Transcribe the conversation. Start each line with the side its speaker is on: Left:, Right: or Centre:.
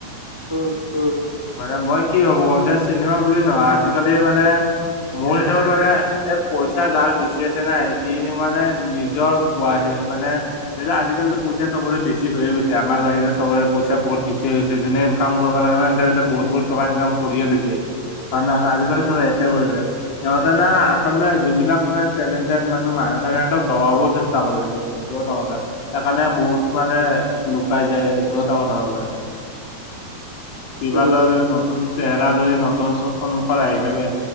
Right: উম উম
Left: মানে মই কি ভাবোঁ ক‌ও যে চিনেমা বুলি নহয় আজিকালি মানে মোৰ হিচাপত মানে এ পইচা যাৰ পিছ আছে নাই সি মানে নিজৰ মানে এতিয়া আজিকালিটো পইচা চবৰে বেছি হৈ গৈছে আমাৰ বাহিৰে চবৰে পইচা বহুত হৈছে যোনে ইনকাম কৰিব লাগে ন- বহুত বহুত টকা ইনকাম কৰিয়ে লৈছে কাৰণ আজিকালি চবে এছে কৰিছে সিহঁত <unintelligible> আচলতে যোন বিলাক মানে টেলেণ্টেড মানুহ <unintelligible> দবাবও চেষ্টা কৰিছিল সেইটো এটা কথা সেইকাৰণে বহুত মানে লুকাই যায় সেইটো এটা কথা হ'ব পাৰে কিবা
Right: উম
Left: ভাবি নতুন চেহেৰা যদি নতুন সন্মুখত আহি থাকে